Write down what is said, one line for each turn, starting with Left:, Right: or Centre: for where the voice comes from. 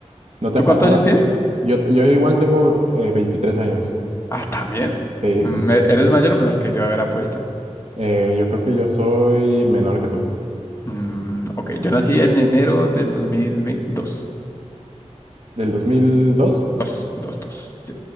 Right: ¿No te
Left: ¿Tú
Right: ha
Left: cuántos
Right: pasado?
Left: años tienes?
Right: Yo, yo igual tengo eh, 23 años.
Left: Ah, también.
Right: Sí,
Left: Mm,
Right: sí, sí.
Left: ¿e- ¿Eres mayor o menor que yo? A ver, apuesta.
Right: Eh, yo creo que yo soy menor que tú.
Left: Mm, ok, yo nací en enero del 2022.
Right: ¿Del dos mil dos
Left: Dos, dos, dos, sí.